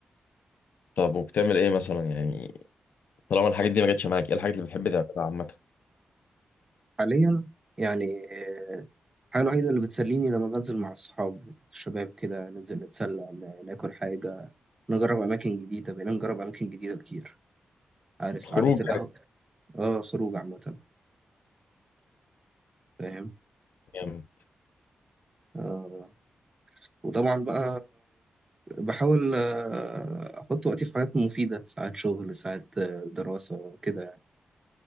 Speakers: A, on the left; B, on the right.
A: طب وبتعمل ايه مثلا يعني طالما الحاجات دي ما جاتش معاك ايه الحاجات اللي بتحب تعملها عامة
B: حاليا يعني آه، الحاجة الوحيدة اللي بتسليني لما بنزل مع الصحاب الشباب كده ننزل نتسلى ن- ناكل حاجة نجرب أماكن جديدة بقينا نجرب أماكن جديدة كتير عارف
A: الخروج
B: قعدة القهوة
A: يعني
B: اه خروج عامة فاهم
A: يعني.
B: آه، وطبعا بقى بحاول آه، احط وقتي في حاجات مفيده ساعات شغل ساعات آه، دراسه كده يعني